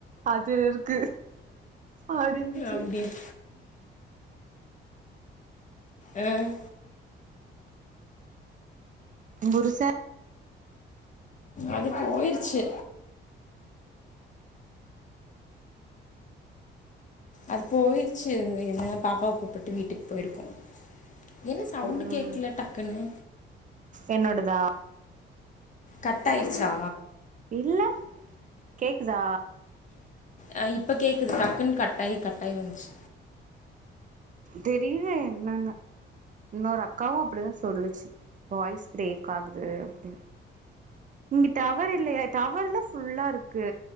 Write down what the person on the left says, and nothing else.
அப்டின்னு ம்
அது போயிருச்சு அது போயிருச் து என்ன பாப்பாவ கூப்புட்டு வீட்டுக் போயிருக்கோ என்ன சவுண்டு்
கேக்கல டக்குன்னு
கட்டாயிச்சா
அ இப்போ கேட்குது டக்குன்னு கட்டாயி கட்டாயி வந்துச்சு